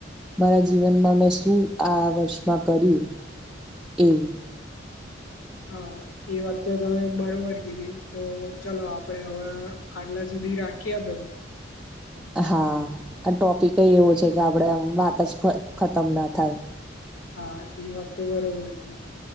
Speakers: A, in the centre; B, on the left (about 75°).
A: મારા જીવનમાં મેં શું આ વર્ષમાં કર્યું એવુ
B: હા. એ વાત તો તમે બરોબર કીધી તો ચલો આપડે હવે આટલા સુધી રાખીએ તો
A: હા આ ટોપિક એવો છે કે આપડે આ વાત જ ખતમ ના થાય.
B: હા એ વાત બરોબર છે.